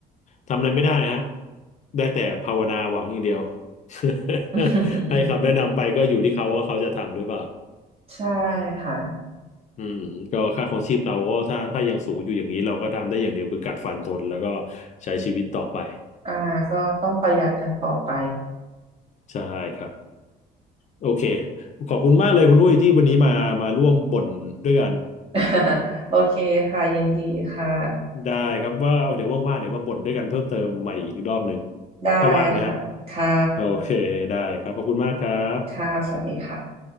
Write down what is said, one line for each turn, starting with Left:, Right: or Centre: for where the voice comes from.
Left: ทำอะไรไม่ได้ฮะได้แต่ภาวนาหวังอย่างเดียว <laughs>
Right: <laughs>
Left: ให้คำแนะนำไปก็อยู่ที่เขาว่าเขาจะทำหรือเปล่า
Right: ใช่ค่ะ
Left: อืมก็ค่าของชีพเราก็ถ้าถ้ายังสูงอยู่อย่างนี้เราก็ทำได้อย่างเดียวคือกัดฟันทนแล้วก็ใช้ชีวิตต่อไป
Right: อ่าก็ต้องประหยัดกันต่อไป
Left: ใช่ครับโอเคขอบคุณมากเลยคุณอุ้ยที่วันนี้มามาร่วมบ่นด้วยกัน
Right: <laughs> โอเคค่ะ ยินดีค่ะ
Left: ได้ครับว่าเดี๋ยวว่างๆเดี๋ยวมาบ่นด้วยกันเพิ่มเติมใหม่อีกรอบหนึ่ง
Right: ได้ค่ะ
Left: ถ้าว่างนะฮะ
Right: ค่ะ
Left: โอเคได้ครับขอบคุณมากครับ
Right: ค่ะ สวัสดีค่ะ